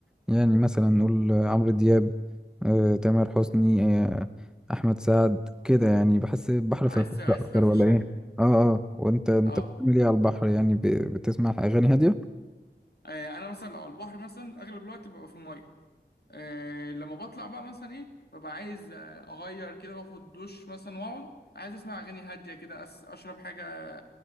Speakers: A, in the centre; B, on the left.
A: يعني مثلا نقول عمرو دياب آه، تامر حسني آه، احمد سعد كده يعني بحس البحر فرفشه
B: عايز عايز
A: اكتر
B: تفرفش
A: ولا ايه
B: يعني
A: اه اه وانت انت
B: اه
A: بتعمل ايه على البحر يعني ب- بتسمع اغاني هاديه
B: آه، انا مثلا لو على البحر مثلا اغلب الوقت ببقى في الميه آه، لما بطلع بقى مثلا ايه ببقى عايز آه، اغير كده واخد دش مثلا واقعد عايز اسمع اغاني هاديه كده أس- اشرب حاجه